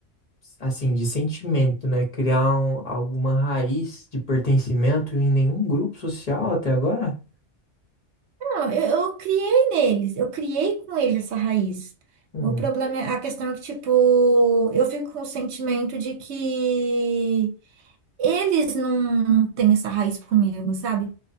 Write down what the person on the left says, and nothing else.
assim, de sentimento, né? Criar um- alguma raiz de pertencimento em nenhum grupo social até agora?
Hum.